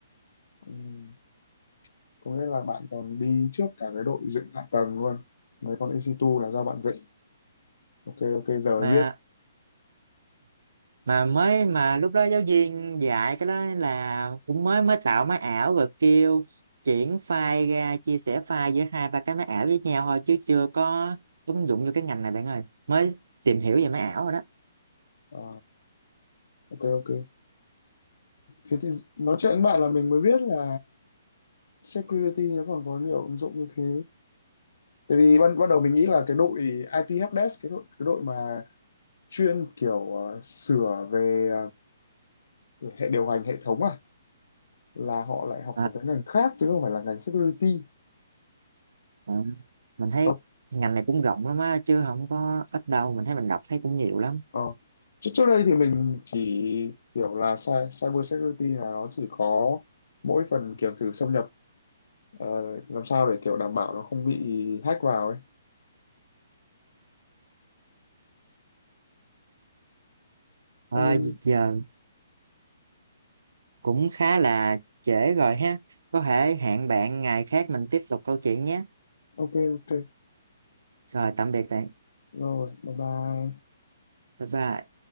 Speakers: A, on the left; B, on the right.
A: không có nghĩa là bạn còn đi trước cả cái đội dựng hạ tầng luôn mấy con EC2 là do bạn dựng ok ok giờ
B: mà
A: mới biết
B: mà mới mà lúc đó giáo viên dạy cái đó là cũng mới mới tạo máy ảo rồi kêu chuyển file ra chia sẻ file giữa hai ba cái máy ảo với nhau thôi chứ chưa có ứng dụng vô cái ngành này bạn ơi mới tìm hiểu về máy ảo rồi đó
A: Ờ, ok ok thế thì nói chuyện với bạn là mình mới biết là security nó còn có nhiều ứng dụng như thế tại vì ban ban đầu mình nghĩ là cái đội IT helpdesk cái đội cái đội mà chuyên kiểu ờ, sửa về ờ, hệ điều hành hệ thống à là họ lại học
B: à,
A: một cái ngành khác chứ không phải là ngành security
B: à, mình thấy
A: Ờ,
B: ngành này cũng rộng lắm á chứ không có ít đâu mình thấy mình đọc thấy cũng nhiều lắm
A: Ờ. Trước trước đây thì mình chỉ hiểu là cy- cyber security là nó chỉ có mỗi phần kiểu thử xâm nhập ờ, làm sao để kiểu đảm bảo nó không bị hack vào ấy.
B: à,
A: Ờm,
B: giờ cũng khá là trễ rồi ha có thể hẹn bạn ngày khác mình tiếp tục câu chuyện nhé
A: ok ok
B: rồi tạm biệt bạn
A: rồi bye bye
B: bye bye